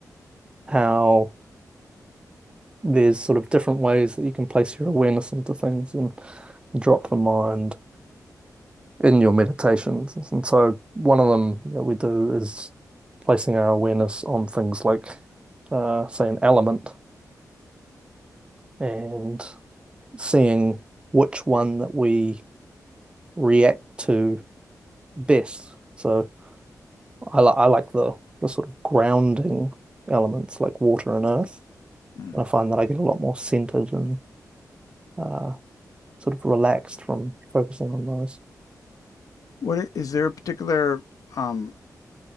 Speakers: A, on the right; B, on the left.
A: how there's sort of different ways that you can place your awareness into things and drop the mind in your meditations. And so one of them that we do is placing our awareness on things like, uh, say, an element and seeing which one that we react to best. So I, li I like the, the sort of grounding elements like water and earth.
B: mm.
A: And I find that I get a lot more centered and uh, sort of relaxed from focusing on those.
B: what is there a particular um